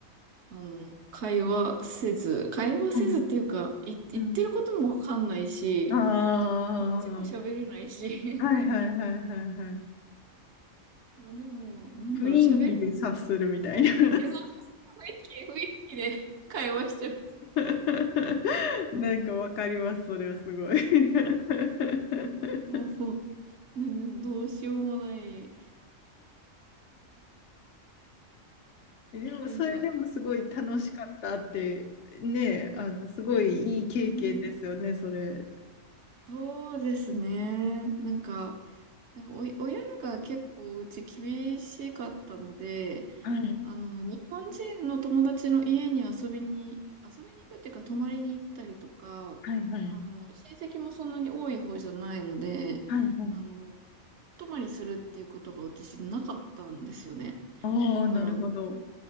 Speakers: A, on the right; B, on the left.
A: あの、会話せず、会話せずっていうか、
B: はい。
A: い言ってることもわかんないし、
B: うん。あ
A: こっちも喋れないし、
B: あ、はいはいはいはいはい。
A: まあでも、なんだろう、
B: 雰囲気で察するみたいな。
A: 喋らなくても、雰囲気、
B: <laughs>
A: そうそうそう、雰囲気、雰囲気で会話してる。
B: <laughs> なんかわかります、それはすごい。<laughs>
A: もう、なんかどうしようもない。
B: でも、
A: なんか、
B: それでもすごい楽しかったって、
A: うん、
B: ね、
A: うん、
B: あの、すごいいい経験ですよね、
A: うん
B: それ。
A: そうですね。なんか、なんかおい、親が結構うち厳しかったので、
B: はい、
A: あの、日本人の友達の家に遊びに、遊びに行くっていうか、泊まりに行ったりとか、
B: はい、はい、
A: あの、親戚もそんなに多い方じゃないので、
B: はい、はい。
A: あの、お泊まりするっていうことが私なかったんですよね。
B: ああ、
A: だから、
B: なるほど。